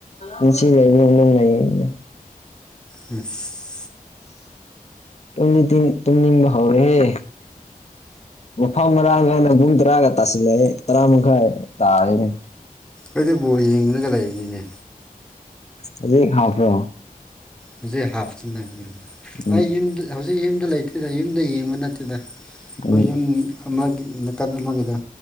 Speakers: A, on the left; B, in the centre.
A: ꯉꯥꯁꯤ ꯂꯩꯕ ꯒꯨꯝ ꯑꯗꯨꯝ ꯂꯩꯅꯤꯗ
B: ꯎꯝ <unintelligible>
A: ꯇꯨꯝꯗꯤ ꯇꯤꯡ ꯇꯨꯝꯅꯤꯡꯕ ꯍꯧꯔꯦꯍꯦ ꯐꯝ ꯃꯔꯥꯡ ꯈꯪꯗ ꯄꯨꯡ ꯇꯔꯥꯒ ꯇꯥꯁꯤꯜꯂꯛꯑꯦ ꯇꯔꯥ ꯃꯈꯥꯏ ꯇꯥꯔꯦꯅꯤ
B: ꯑꯩꯗꯤ ꯕꯣꯜ ꯌꯦꯡꯅꯒ ꯂꯩꯅꯤꯅꯦ
A: ꯑꯣ ꯍꯧꯖꯤꯛ ꯍꯥꯞꯄ꯭ꯔꯣ
B: ꯍꯧꯖꯤꯛ ꯍꯥꯞꯇꯅ
A: ꯎꯝ
B: ꯑꯩ ꯌꯨꯝꯗ ꯍꯧꯖꯤꯛ ꯌꯨꯝꯗ ꯂꯩꯇꯦꯗ ꯌꯨꯝꯗ ꯌꯦꯡꯕ ꯅꯠꯇꯦꯗ ꯑꯩꯈꯣꯏ
A: ꯎꯝ
B: ꯌꯨꯝ ꯑꯃꯒꯤ ꯅꯥꯀꯟ ꯑꯃꯒꯤꯗ